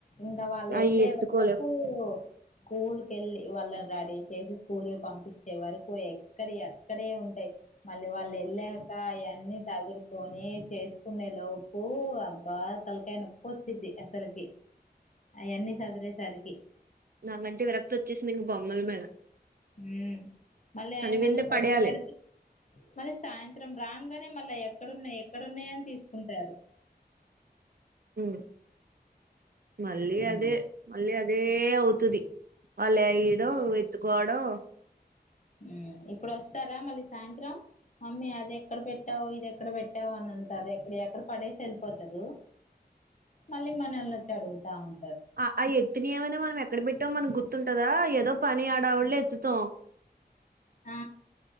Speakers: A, on the left; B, on the right.
A: ఇంకా వాళ్ళు
B: అవి
A: ఎళ్ళే
B: ఎత్తుకోలేం
A: వరకూ స్కూల్ కెళ్ళి వాళ్ళ రడి చేసి స్కూల్ కి పంపించే వరకు ఎక్కడియ్ అక్కడే ఉంటాయ్ మళ్ళీ వాళ్ళు ఎళ్ళాక అవన్నీ సదురుకొని చేసుకునేే లోపు అబ్బా తలక్ అయ్ నొప్పొచ్చిది అసలు్కి అయన్ని సదిరేసరికి
B: నాకంటే విరక్తి ఒచ్చేసింది ఇంగ బొమ్మల మీద
A: మ్ మళ్ళీ
B: కనివింతే
A: ఏమన్నా సర్ది
B: పడేయాలి
A: పెడితే మళ్ళీ సాయంత్రం రాంగనె మళ్ళ ఎక్కడున్నాయ్ ఎక్కడున్నాయన్ తీసుకుంటారు
B: మ్ మళ్ళీ
A: ఉమ్
B: అదే మళ్ళీ అదే అవుతది వాళ్ళు ఏయ్డం ఎత్తుకోవడం
A: మ్ ఇప్పుడొస్తారా మళ్ళీ సాయంత్రం మమ్మీ అది ఎక్కడ పెట్టావ్ ఇది ఎక్కడ పెట్టావ్ అని అంటార్ ఎక్కడియ్ అక్కడ పడేసి ఎళ్ళిపోతారు మళ్ళీ మనల్నొచడుగుతా ఉం
B: అ ఆ ఎత్తుని ఏమైనా మనం ఎక్కడ పెట్టాం మనం గుర్ తుంటదా ఏదో పని ఆడావిడిలో ఎత్తుతాం
A: ఆ